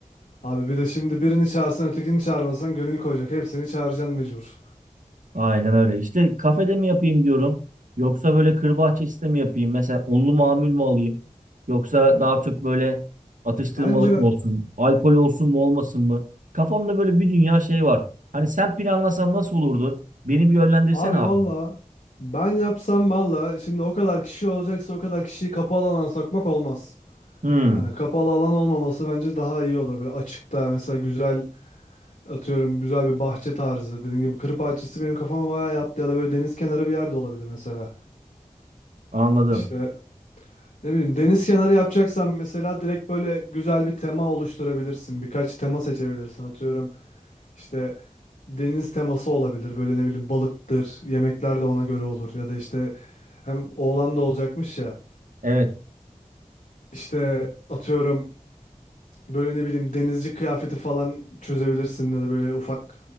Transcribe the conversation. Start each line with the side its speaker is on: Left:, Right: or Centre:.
Left: abi bir de şimdi birini çağırsan ötekini çağırmasan gönül koyacak. Hepsini çağıracaksın mecbur.
Right: Aynen öyle. İşte kafede mi yapayım diyorum. Yoksa böyle kır bahçesinde mi yapayım? Mesela onlu mamul mu alayım? Yoksa daha çok böyle atıştırmalık
Left: Bence
Right: mı olsun? Alkol olsun mu olmasın mı? Kafamda böyle bir dünya şey var. Hani sen planlasan nasıl olurdu? Beni bir yönlendirsene
Left: abi
Right: abi.
Left: valla ben yapsam valla şimdi o kadar kişi olacaksa o kadar kişiyi kapalı alana sokmak olmaz.
Right: Hmm,
Left: Hani kapalı alan olmaması bence daha iyi olur. Böyle açıkta mesela güzel Atıyorum güzel bir bahçe tarzı dediğin gibi kır bahçesi benim kafama bayağı yattı ya da böyle deniz kenarı bir yerde olabilir mesela.
Right: anladım.
Left: İşte ne bileyim deniz kenarı yapacaksan mesela direkt böyle güzel bir tema oluşturabilirsin. Birkaç tema seçebilirsin atıyorum işte deniz teması olabilir böyle ne bileyim balıktır yemekler de ona göre olur ya da işte hem oğlan da olacakmış ya
Right: Evet.
Left: işte atıyorum Böyle ne bileyim denizci kıyafeti falan çözebilirsin ya da böyle ufak